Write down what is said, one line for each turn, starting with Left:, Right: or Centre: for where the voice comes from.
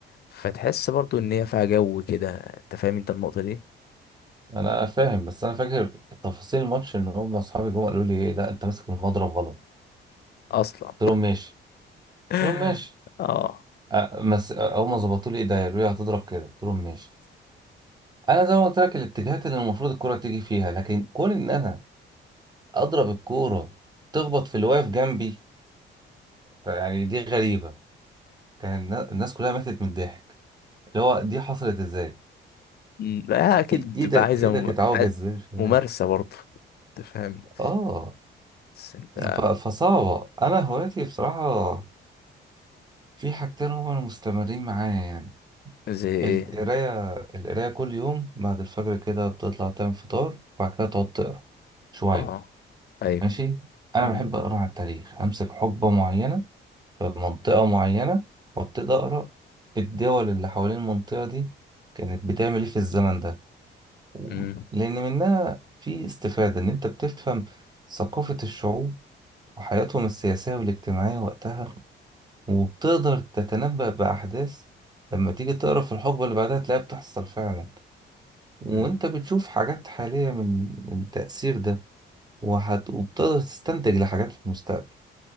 Left: فتحس برضو إن هي فيها جو كده أنت فاهم أنت النقطة دي
Right: انا فاهم بس انا فاكر تفاصيل الماتش ان هم اصحابي جم قالوا لي ايه لا انت ماسك المضرب غلط
Left: أصلا
Right: قلت لهم ماشي
Left: <laughs>
Right: قلت لهم ماشي
Left: آه
Right: آه مس... آه، اول ما ظبطوا لي ايديا قالوا لي هتضرب كده قلت لهم ماشي انا زي ما قلت لك الاتجاهات اللي المفروض الكرة تيجي فيها لكن كون ان انا اضرب الكورة تخبط في اللي واقف جنبي يعني دي غريبة كان النا- الناس كلها ماتت من الضحك اللي هو دي حصلت ازاي
Left: مم. لا اكيد
Right: إي-
Left: بتبقى
Right: ايدك
Left: عايزه
Right: ايدك
Left: مم...
Right: اتعوج
Left: ع-
Right: ازاي مش فاهم.
Left: ممارسه برضه انت فاهم
Right: اه
Left: بس انت
Right: ف- فصعبة انا هوايتي بصراحة في حاجتين هما اللي مستمرين معايا يعني
Left: زي
Right: القراية
Left: ايه
Right: القراية كل يوم بعد الفجر كده بتطلع تعمل فطار وبعد كده تقعد تقرا شوية
Left: اه ايوه
Right: ماشي انا
Left: مم.
Right: بحب اقرا عن التاريخ امسك حقبة معينة في منطقة معينة وابتدي اقرا الدول اللي حوالين المنطقة دي كانت بتعمل ايه في الزمن ده و-
Left: مم.
Right: لأن منها في استفادة إن أنت بتفهم ثقافة الشعوب وحياتهم السياسية والاجتماعية وقتها وبتقدر تتنبأ بأحداث لما تيجي تقرا في الحقبة اللي بعدها تلاقيها بتحصل فعلا وأنت
Left: مم.
Right: بتشوف حاجات حالية من من التأثير ده وهت... وبتقدر تستنتج لحاجات في المستقبل